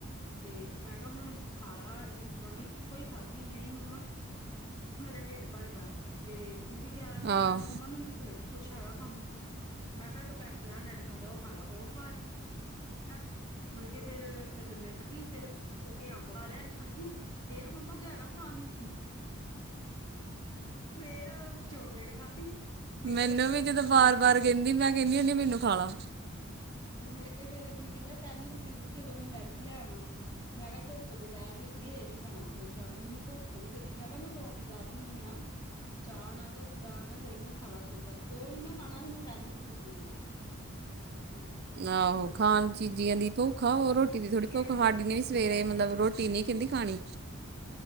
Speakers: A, on the left (about 20°); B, on the right (about 50°).
A: ਤੇ ਮੈਂ ਕਿਹਾ ਹੁਣ ਖਾਲ ਲਾ, ਇੱਕ ਪਰੌਠੀ ਇੱਕੋ ਈ ਖਾਧੀ, ਨਹੀਂ ਮੰਮਾ ਮੇਰਾ ਢਿੱਡ ਭਰ ਗਿਆ ਤੇ ਮੇਰੀ ਗਿਆਰਾਂ ਕੁ ਵਜੇ
B: ਆਹੋ
A: ਨਾ ਮੰਮਾ ਮੈਨੂੰ ਭੁੱਖ ਲੱਗੀ, ਕੁੱਛ ਹੈਗਾ ਖਾਣ ਨੂੰ ਮੈਂ ਕਿਹਾ ਇੱਕ ਪੈਕਟ ਪਿਆ ਨੈਟ ਖਾ ਦਾ, ਉਹ ਖਾ ਲਾ, ਉਹ ਖਾ ਲਿਆ ਮੁੜਕੇ ਫੇਰ ਮੈ ਲੰਮੇ ਪੈਗੀ, ਫੇਰ ਉਹ ਨੇ ਅੰਬ ਖਾ ਲਿਆ, ਖੜਗੀ ਫੇਰ ਮੰਮਾ ਜੀ, ਹੈਗਾ ਖਾਣ ਨੂੰ ਫੇਰ ਓ ਚੋਕਲੇਟ ਖਾਧੀ ਫੇਰ
B: ਮੈਨੂੰ ਵੀ ਜਦੋਂ
A: ਪਤਾ
B: ਬਾਰ-ਬਾਰ
A: ਨੀ
B: ਕਹਿੰਦੀ ਮੈਂ ਕਹਿੰਨੀ ਹੁੰਨੀ ਮੈਨੂੰ ਖਾਲਾ
A: ਮੁੜਕੇ ਫੇਰ ਮੈਨੂੰ ਕਹਿੰਦਾ ਟੈਂਨ ਰੁਪੀਸ ਦੇਦੋ, ਮੈਂ ਮੈਗੀ ਲੈ ਵਾਂ ਮੈਂ ਕਿਹਾ ਧੁੱਪ ਦੋਪਹਿਰ ਲੱਗੀ ਹਜੈ ਨੀ ਜਾਣਾ, ਮੈਨੂੰ ਭੁੱਖ ਬੜੀ ਲੱਗੀ, ਮੈਂ ਕਿਹਾ ਮੈਂ ਪਰੌਠੀ ਲਾ ਦਿੰਨੀ ਆ ਚਾਹ ਨਾ ਜਾਂ ਕਿੱਦਾਂ ਹਣਾ, ਦਹੀਂ ਨਾ ਖਾਲਾ ਫੁਲਕਾ, ਉਹ ਨੀ ਮੈਂ ਖਾਣਾ ਮੈਨੂੰ ਟੈਨ ਰੁਪੀਸ ਦੇ ਦੋ। ਹਮ।
B: ਆਹੋ ਖਾਣ ਚੀਜ਼ੀਆਂ ਦੀ ਭੁੱਖ ਆ, ਹੋਰ ਰੋਟੀ ਦੀ ਥੋੜ੍ਹੀ
A: ਦੇਖੇ
B: ਭੁੱਖ,
A: ਫੇਰ ਹੁਣ
B: ਹਾਡੀ ਨੇ
A: ਬਿਸਕਿਟ
B: ਵੀ ਸਵੇਰੇ
A: ਲੈ ਕੇ
B: ਮਤਲਬ
A: ਆਇਆ
B: ਰੋਟੀ ਰੋਟੀ ਨੀ ਕਹਿੰਦੀ ਖਾਣੀ